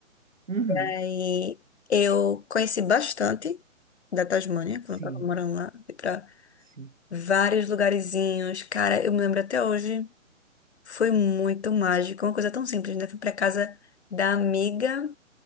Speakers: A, on the right; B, on the left.
A: Uhum.
B: Aí eu conheci bastante da Tasmânia, quando
A: Sim,
B: eu tava morando lá, fui pra
A: sim,
B: vários lugarzinhos, cara, eu me lembro até hoje, foi muito mágico, uma coisa tão simples, né? Fui pra casa da amiga,